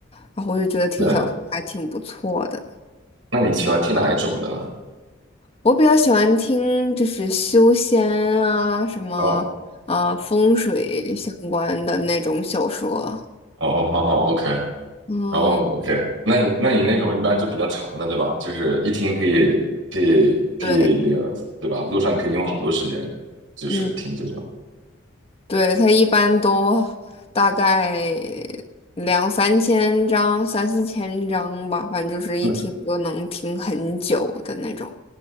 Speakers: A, on the left; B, on the right.
A: 然后我就觉得听小说还挺不错的。
B: 对，那你喜欢听哪一种的呢？
A: 我比较喜欢听就是修仙啊，什么啊、
B: 哦
A: 风水相关的那种小说。
B: 哦，哦好好，OK，
A: 嗯，
B: 哦 OK，那你那你那种一般就比较长的，对吧？就是一听可以可以可以那个，
A: 对，
B: 对吧？路上可以用好多时间，就是听这种。
A: 嗯，对，它一般都大概两三千章、三四千章吧，反正就是一听就能听很久的那种。
B: 那